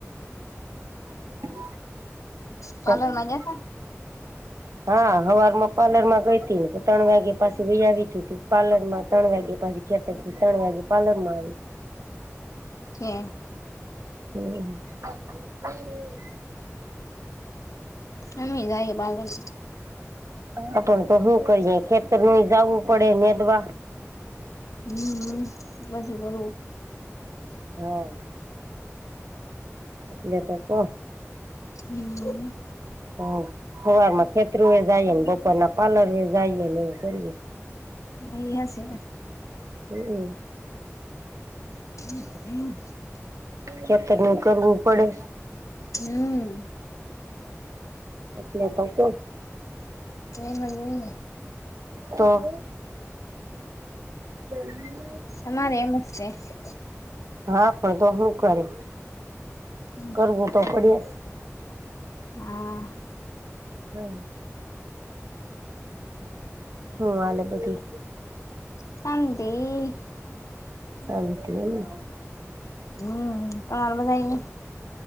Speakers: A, on the right (about 75°); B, on the left (about 80°).
A: <unintelligible>
B: પાર્લર માં જતા
A: હા, હવારમાં પ્લર માં ગઈ હતી, ત્રણ વાગ્યા પાસે ગઈ આવી, ત પ્લર માં ત્રણ વાગ્યા પાસે ખે પછી ત્રણ વાગે પાર્લરમાં ગઈ હતી.
B: છે <unintelligible>
A: હમ્મ. <unintelligible>
B: અમે જાય, પાર્લરમાં.
A: આપ તો શું કરીયે, ખેતર ન જવું પડે મેદવા.
B: હમ્મ <unintelligible>
A: હમ્મ. લે પોપપ.
B: હમ્મ.
A: હ, સવારમાં ખેતરુ એ જઈએને, બપોર ના પાર્લર એ જઈએ ને એવું કરીએ.
B: એ સાચી વાત.
A: હમ્મ.
B: <unintelligible>
A: કેત નહી કરવું પડે.
B: હમ્મ.
A: એટલે તો શ <unintelligible>
B: એ મજઈને.
A: તો. <unintelligible>
B: અમારે મસ્ <unintelligible>
A: હા, પણ તો શું કરે?
B: <unintelligible>
A: કરવું તો પડે જ
B: હા.
A: હમ્મ. હું વાલે બધી.
B: <unintelligible>
A: શંતમ એમને.
B: હમ્મ, તમારે બધાને